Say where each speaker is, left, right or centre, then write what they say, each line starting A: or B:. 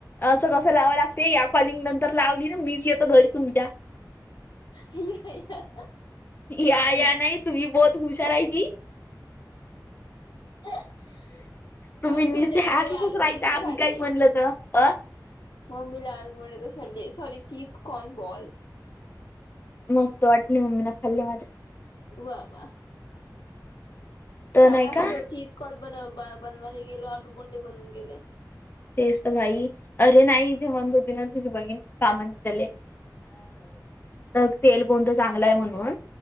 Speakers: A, on the left (about 30°); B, on the left (about 80°).
A: असं कसं लावा लागते या कॉलिंग नंतर लावली ना मीच येतो घरी तुमच्या-
B: ये ये
A: या या नाही तुम्ही बोत हुशारायजी
B: मग
A: तुम्ही निस्ते
B: तुमच्या मम्मी
A: हसतच
B: आलमोंडीतच
A: राहता आम्ही
B: फाटले.
A: काही म्हणलं तर अ
B: मम्मी ला आलमोड क डी सॉरी चिजकॉन बॉल्स.
A: मस्त वाटली मम्मी ना खाल्ली माझ्या-
B: वा वा
A: तर
B: सांगायची
A: नाही का
B: होचीच- कॉल बन बनवायला गेलो आलडू बोंडे बनून गेले.
A: तेच तर भाई अरे नाही इथे म्हणत होती ना तुझी बहीण कामण त्याले- अग तेल कोणतं चांगलं आहे म्हणून-